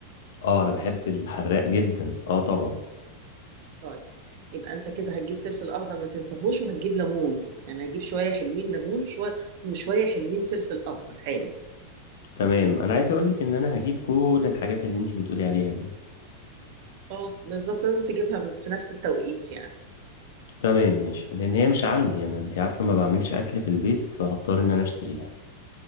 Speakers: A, on the left; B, on the right.
A: اه انا بحب الحراق جدا اه طبعا
B: طيب يبقى انت كده هتجيب فلفل اخضر ما تنساهوش وهتجيب ليمون يعني هتجيب شويه حلوين ليمون شويه وشويه حلوين فلفل اخضر حامي
A: تمام انا عايز اقولك ان انا هجيب كل الحاجات اللي انتي بتقولي عليها دي
B: اه بالظبط لازم تجيبها في نفس التوقيت يعني
A: تمام مش لان هي مش عندي انا انتي عارفة ما بعملش اكل في البيت فهضطر ان انا اشتريها